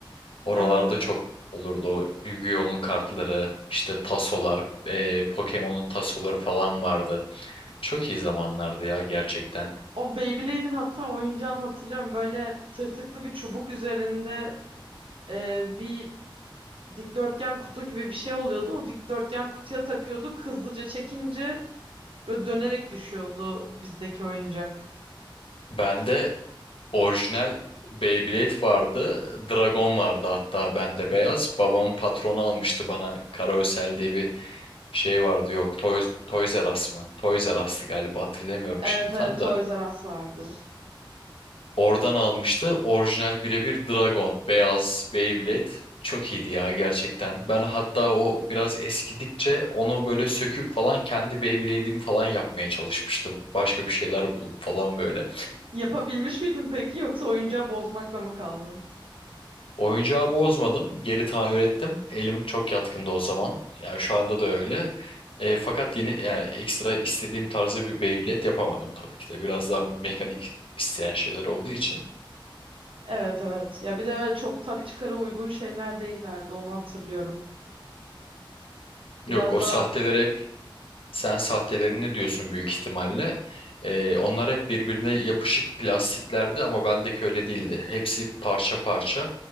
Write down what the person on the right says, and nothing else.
Evet.
O Beyblade'in hatta oyuncağını hatırlıyorum. Böyle tırtıklı bir çubuk üzerinde e, bir dikdörtgen kutu gibi bir şey oluyordu. O dikdörtgen kutuya takıyorduk. Hızlıca çekince böyle dönerek düşüyordu bizdeki oyuncak.
Evet
evet
Toys
R Us vardı.
Yapabilmiş miydin peki yoksa oyuncağı bozmakla mı kaldın?
Evet evet. Ya bir de öyle çok tak çıkara uygun şeyler değillerdi onu hatırlıyorum.
Biraz
daha